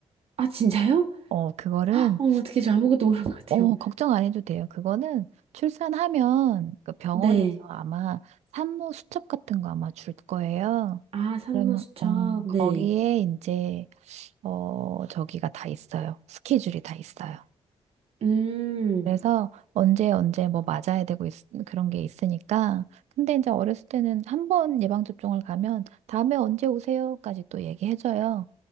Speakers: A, on the right; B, on the right.
A: 아, 진짜요?
B: 어, 그거는
A: <laughs> 어, 어떻게 저 아무것도 모르는 것 같아요.
B: 어, 걱정 안 해도 돼요. 그거는 출산하면 그 병원에서
A: 네.
B: 아마 산모 수첩 같은 거 아마 줄 거예요.
A: 아, 산모수첩,
B: 그러면 음, 거기에
A: 네.
B: 이제 어 저기가 다 있어요. 스케줄이 다 있어요.
A: 음,
B: 그래서 언제 언제 뭐 맞아야 되고 있- 그런 게 있으니까 근데 이제 어렸을 때는 한 번 예방접종을 가면 다음에 언제 오세요까지 또 얘기해줘요.